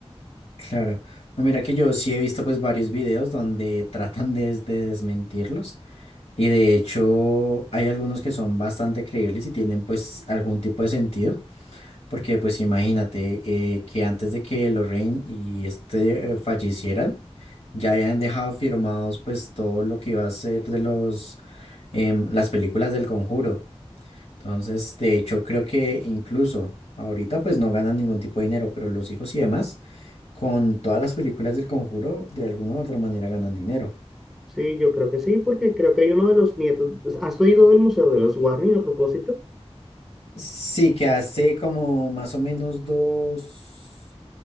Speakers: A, on the left; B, in the centre.
A: claro. No, mira que yo sí he visto pues varios videos donde tratan de, de desmentirlos y de hecho hay algunos que son bastante creíbles y tienen pues algún tipo de sentido porque pues imagínate eh, que antes de que Lorraine y este eh, fallecieran ya habían dejado firmados pues todo lo que iba a ser de los em, las películas del Conjuro. Entonces, de hecho, creo que incluso ahorita pues no ganan ningún tipo de dinero, pero los hijos y demás, con todas las películas del Conjuro, de alguna u otra manera ganan dinero.
B: Sí, yo creo que sí, porque creo que hay uno de los nietos. pues, ¿Has oído del Museo de los Warren a propósito?
A: Sí, que hace como más o menos dos